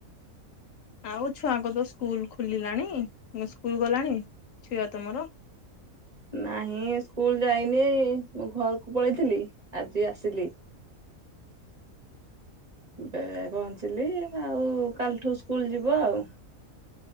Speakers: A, on the left (about 70°); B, on the right (about 35°).
A: ଆଉ ଛୁଆଙ୍କ ତ ସ୍କୁଲ ଖୋଲିଲାଣି ନା ସ୍କୁଲ ଗଲାଣି ଛୁଆ ତମର।
B: ନାହିଁ ସ୍କୁଲ ଯାଇନି ମୁଁ ଘରକୁ ପଳେଇଥିଲି ଆଜି ଆସିଲି। <inaudible> ଏବେ ପହଞ୍ଚିଲି ଆଉ କାଲିଠୁ ସ୍କୁଲ ଯିବ ଆଉ।